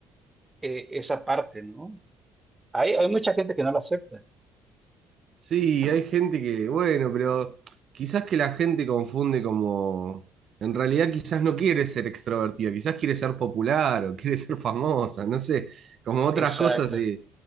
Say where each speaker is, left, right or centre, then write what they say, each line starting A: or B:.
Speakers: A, on the right; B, on the right.
A: eh, esa parte, ¿no? Hay, hay mucha gente que no la acepta.
B: Sí, hay gente que, bueno, pero quizás que la gente confunde como, en realidad quizás no quiere ser extrovertida, quizás quiere ser popular o <laughs> quiere ser famosa, no sé, como otras
A: Exacto.
B: cosas y,